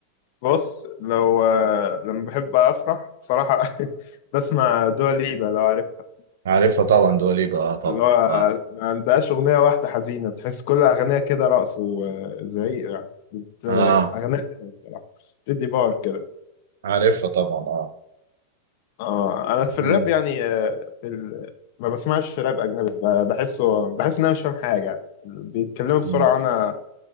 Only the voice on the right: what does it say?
عارفها طبعا دواليبا اه طبعا
اه
اه
عارفها طبعا اه
مم.
مم.